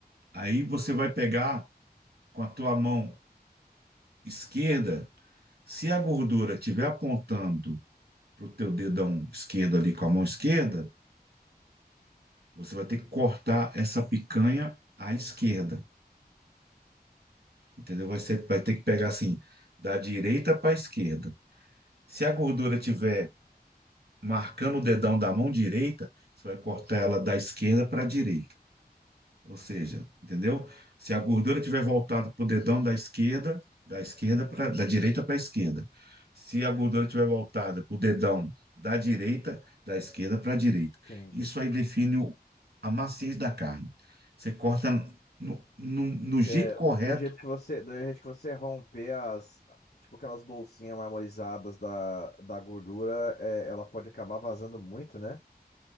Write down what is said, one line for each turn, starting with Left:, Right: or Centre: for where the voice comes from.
Right: aí você vai pegar com a tua mão esquerda, se a gordura estiver apontando para o teu dedão esquerdo ali com a mão esquerda, você vai ter que cortar essa picanha à esquerda, entendeu? Vai ser, vai ter que pegar assim, da direita para a esquerda. Se a gordura tiver marcando o dedão da mão direita, você vai cortar ela da esquerda para a direita. Ou seja, entendeu? Se a gordura tiver voltada para o dedão da esquerda, da esquerda para da direita para a esquerda. Se a gordura tiver voltada para o dedão da direita, da esquerda para a direita.
Left: Entendi.
Right: Isso aí define o- a maciez da carne. Você corta no, no, no
Left: Que
Right: jeito
Left: é
Right: correto,
Left: vo- do jeito que você, do jeito que você romper as, tipo aquelas bolsinhas marmorizadas da, da gordura, é, ela pode acabar vazando muito, né?